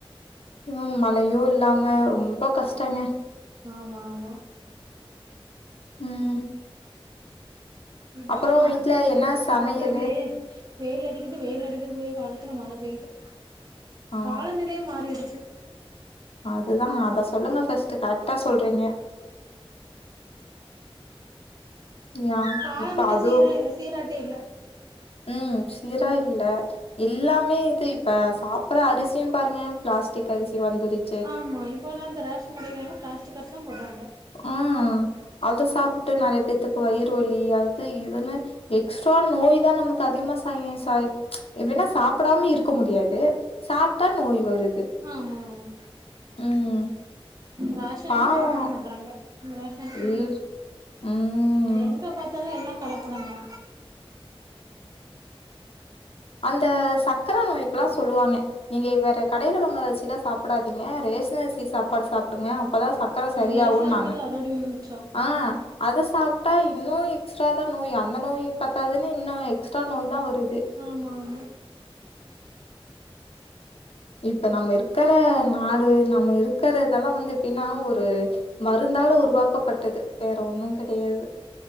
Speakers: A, on the left (about 75°); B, on the right (about 40°).
A: யும் மழையும் இல்லாம ரொம்ப கஷ்டங்க
B: ஆமாமாமா
A: ம்
B: இப்ப
A: அப்புறோ
B: மழை
A: வீட்ல
B: பெய்ற
A: என்ன
B: காலத்துலவே
A: சமையலு
B: வெயில் அடிக்குது வெயில் அடிக்கக்கூடிய காலத்துல மழை பெயுது
A: ஆ
B: காலநிலைய மாறிடுச்சு
A: அதுதான் அதை சொல்லுங்க ஃபர்ஸ்ட் கரெக்ட்டா சொல்றீங்க யா
B: காலநிலை
A: இப்ப அது
B: சீர சீராட்ட இல்ல
A: ம் சீரா இல்ல எல்லாமே இது இப்ப சாப்பற அரிசியும் பாருங்க பிளாஸ்டிக் அரிசி வந்துருக்கு
B: ஆமா இப்பல்லாம் அந்த ரேஷன் கடையில பிளாஸ்டிக் அரிசி தான் போட்றாங்க
A: ஆஹ் அத சாப்பிட்டு நிறைய பேத்துக்கு வயிறு வலி அது இதுன்னு எக்ஸ்ட்ரா நோய் தான் நம்ம அதிகமா ச சை சை எப்படின்னா சாப்பிடாம இருக்க முடியாது சாப்பிட்டா நோய் வருது
B: ஆ ஆமா ஆமா
A: ம்
B: ரேஷன்லயும்
A: பாவோ
B: கலப்படம் பண்றாங்க ரேஷன் அரிசியிலும்
A: இல் ம்
B: எங்க பாத்தாலும் எல்லாம் கலப்படந்தா
A: அந்த சக்கர அ வக்கல்லாம் சொல்லுவாங்க நீங்க வேற கடையில வாங்கற அரிசியெல்லாம் சாப்பிடாதீங்க ரேஷன் அரிசி சா ப்பாடு சாப்பிடுங்க அப்பதான் சக்கரை சரியாகும்ன்னாங்க
B: ரேஷன் அரிசில அதோட மிச்சோ
A: ஆ அத சா பா இன்னும் எக்ஸ்ட்ரா தான் நோய் அந்த நோய் பத்தாதுன்னு இன்னும் எக்ஸ்ட்ரா நோய் தான் வருது
B: ஆமாமாமா
A: இப்ப நம்ம இருக்கிற நாடு நம்ம இருக்கிறதெல்லாம் வந்து எப்படின்னா ஒரு மருந்தால உருவாக்கப்பட்டது வேற ஒன்னும் கிடையாது